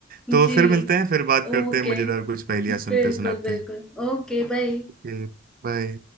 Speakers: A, on the right; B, in the centre.
A: तो
B: जी
A: फिर मिलते हैं फिर बात करते
B: ओके
A: हैं मजेदार कुछ पहेलियां
B: बिल्कुल
A: सुनते सुनाते
B: बिल्कुल
A: हैं
B: Okay bye
A: ओके बाय